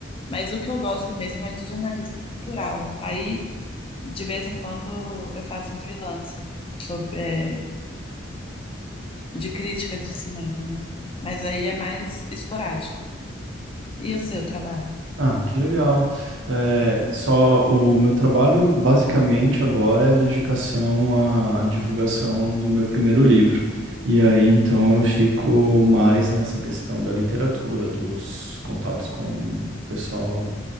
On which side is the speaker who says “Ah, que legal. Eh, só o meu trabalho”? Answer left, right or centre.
Right